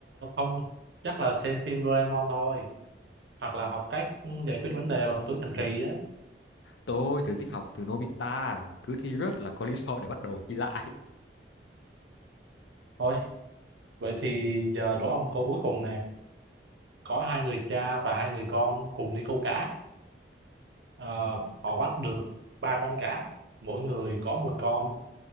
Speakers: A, on the right (about 75°); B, on the left (about 85°).
A: không chắc là xem phim Doraemon thôi hoặc là học cách giải quyết vấn đề bằng túi thần kỳ á.
B: Tôi thì thích học từ Nobita, cứ thi rớt là có lý do để bắt đầu thi lại.
A: Thôi Vậy thì giờ đố ông câu cuối cùng nè. Có hai người cha và hai người con cùng đi câu cá. Ờ, họ bắt được ba con cá, mỗi người có một con.